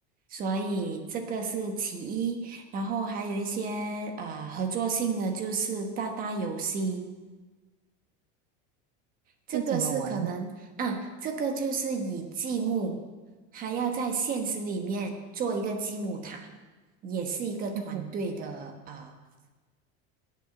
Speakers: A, on the right; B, on the right.
A: 所以这个是其一，然后还有一些呃合作性的就是搭搭游戏，这个是可能啊，
B: 这怎么玩呢
A: 这个就是以积木，还要在现实里面做一个积木塔，也是一个团队的啊、
B: ？OK，
A: 呃